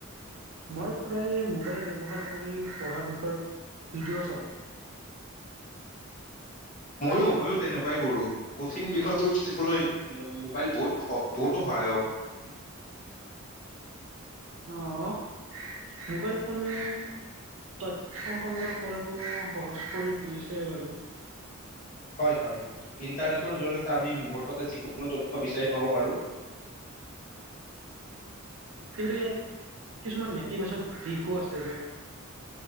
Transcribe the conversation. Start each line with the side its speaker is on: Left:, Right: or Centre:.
Right: মই প্ৰায়ে মোবাইল ব্যৱহাৰ কৰি পঢ়াৰ বিষয়ে ভিডিঅ' চাওঁ।
Left: মইয়ো', - মইয়ো তেনেকুৱাই কৰো কঠিন বিষয়বোৰ বুজিবলৈ মোবাইল বহুত -বহুতো সহায়ক।
Right: অ ', মোবাইল ফোনে তথ্য সংগ্ৰহ কৰাটো সহজ কৰি তুলিছে বাৰু।
Left: হয় -হয় ইণ্টাৰনেটৰ জৰিয়তে আমি মুহূৰ্ততে যিকোনো তথ্য বিচাৰি পাব পাৰো।
Right: কিন্তু ইয়াৰ কিছুমান নেতিবাচক দিশো আছে যে',